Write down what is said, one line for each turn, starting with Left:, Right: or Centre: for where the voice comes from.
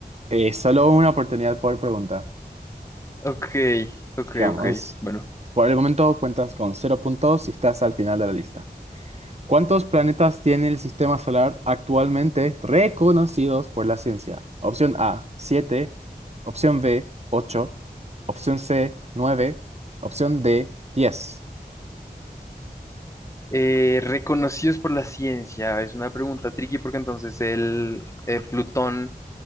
Right: Eh, solo una oportunidad por pregunta.
Left: Ok, ok,
Right: Sigamos.
Left: ok. Bueno.
Right: Por el momento cuentas con cero puntos y estás al final de la lista. ¿Cuántos planetas tiene el sistema solar actualmente reconocidos por la ciencia? Opción A, 7. Opción B, 8. Opción C, 9. Opción D, diez.
Left: Eh, reconocidos por la ciencia. Es una pregunta tricky porque entonces el, eh, Plutón.